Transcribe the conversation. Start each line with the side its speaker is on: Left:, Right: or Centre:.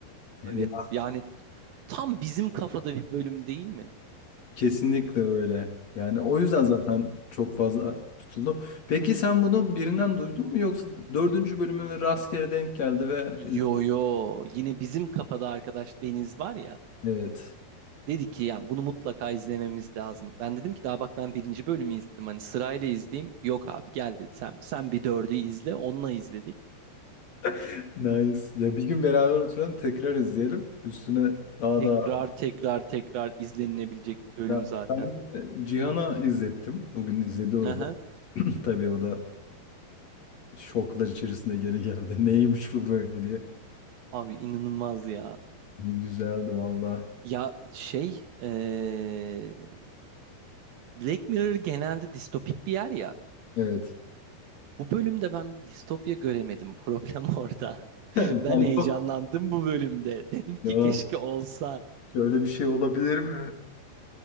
Left: Ya
Right: Evet yani tam bizim kafada bir bölüm değil mi?
Left: Kesinlikle öyle. Yani o yüzden zaten çok fazla tutuldu. Peki sen bunu birinden duydun mu yoksa dördüncü bölümüne rastgele denk geldi ve iz-
Right: Yo yo yine bizim kafada arkadaş Deniz var ya.
Left: evet.
Right: Dedi ki yani bunu mutlaka izlememiz lazım. Ben dedim ki daha bak ben birinci bölümü izledim. Hani sırayla izleyeyim. Yok abi gel dedi sen, sen bir dördü izle onunla izledik.
Left: <laughs> Nice. Ya bir gün beraber oturalım tekrar izleyelim. Üstüne daha
Right: Tekrar
Left: daha.
Right: tekrar tekrar izlenilebilecek bir bölüm
Left: Ya
Right: zaten.
Left: Ben de Cihan'a izlettim. Bugün izledi o
Right: Aha.
Left: da. <laughs> Tabii o da şoklar içerisinde geri geldi. <laughs> Neymiş bu böyle diye.
Right: Abi inanılmaz ya.
Left: Güzeldi valla.
Right: Ya şey eee, Black Mirror genelde distopik bir yer ya.
Left: Evet.
Right: Bu bölümde ben bir distopya göremedim. Problem <laughs> orada.
Left: <laughs> Yani
Right: Ben heyecanlandım
Left: çok-
Right: bu bölümde. Dedim ki
Left: Ya,
Right: keşke olsa.
Left: şöyle bir şey olabilir mi?